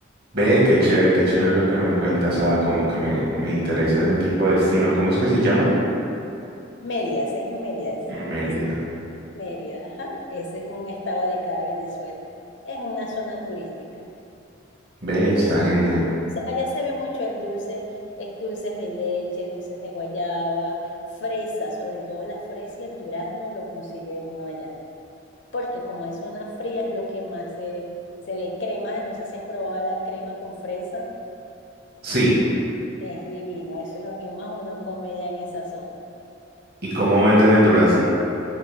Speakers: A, on the right; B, on the left.
A: Ve, qué chévere, qué chévere lo que me cuentas, ah, como que me, me interesa ese tipo de destino. ¿Cómo es que se llama?
B: Mérida, ese es en Mérida.
A: Mérida.
B: Es- Mérida, ajá. Ese es un estado de acá de Venezuela. Es una zona turística.
A: Ve, está
B: Y
A: genial.
B: venden dulce. Allá se ve mucho el dulce, es dulces de leche, dulces de guayaba, fresa, sobre todo la fresa y el durazno lo consigue uno allá. Porque como es zona fría, es lo que más se, se ve. Crema, no sé si has probado la crema con fresa,
A: Sí,
B: es divino. Eso es lo que más uno come ya en esa zona.
A: ¿y cómo venden el durazno?